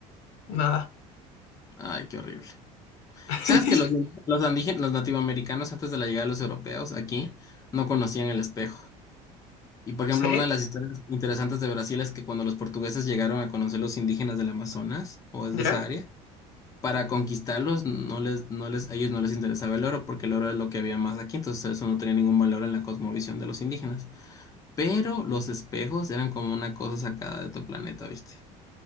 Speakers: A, on the left (about 85°); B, on the left (about 20°).
A: Nada.
B: Ay, qué horrible.
A: <laughs>
B: ¿Sabes que los, los, andígen- los nativoamericanos antes de la llegada de los europeos aquí no conocían el espejo? Y por ejemplo,
A: ¿Sí?
B: una de las historias interesantes de Brasil es que cuando los portugueses llegaron a conocer los indígenas del Amazonas, o es
A: ¿Ya?
B: de esa área, para conquistarlos no les, no les, a ellos no les interesaba el oro porque el oro es lo que había más aquí, entonces eso no tenía ningún valor en la cosmovisión de los indígenas. Pero los espejos eran como una cosa sacada de otro planeta, ¿viste?